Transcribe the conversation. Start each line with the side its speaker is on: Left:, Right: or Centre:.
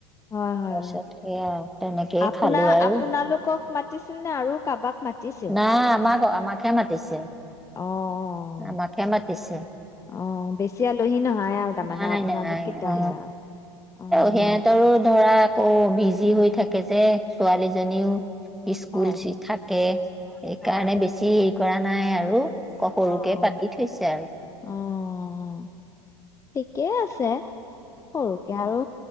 Left: হয়, হয়,
Centre: তাৰপিছত
Left: হয়,
Centre: সেয়া তেনেকেই
Left: আপোনাৰ
Centre: খালোঁ আৰু।
Left: আপোনালোকক মাতিছিল নে আৰু কাৰোবাক মাতিছিল?
Centre: নাই আমাক আমাকহে মাতিছে
Left: অ', অ',
Centre: আমাকে মাতিছে।
Left: অ', বেছি আলহী নহয় আৰু তাৰমানে
Centre: নাই,
Left: আপোনালোক
Centre: নাই,
Left: কেইটাহে
Centre: অ',
Left: আৰু। অ',
Centre: সিহঁতৰো ধৰা অ', বিজি হৈ থাকে যে ছোৱালীজনীও ইস্কুল
Left: হয়,
Centre: চি থাকে। সেইকাৰণে
Left: হয়,
Centre: বেছি <unintelligible> কৰা নাই আৰু। ক
Left: অ',
Centre: সৰুকে পাতি থৈছে আৰু
Left: অ', ঠিক কে আছে সৰুকে আৰু